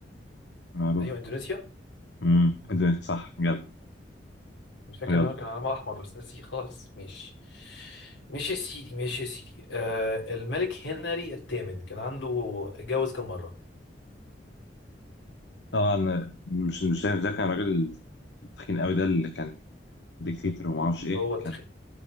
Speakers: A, on the left; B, on the left.
A: معروفه
B: ايوه اندونيسيا
A: امم اندونيسيا صح يلا
B: مش فاكر
A: يلا
B: ان هو كان علمها احمر بس نسيه خالص ماشي ماشي يا سيدي ماشي يا سيدي آه الملك هنري الثامن كان عنده اتجوز كم مره
A: اه انا مش مش ده ده كان راجل تخين قوي ده اللي كان ديكتاتور وما اعرفش ايه
B: هو التخين
A: كان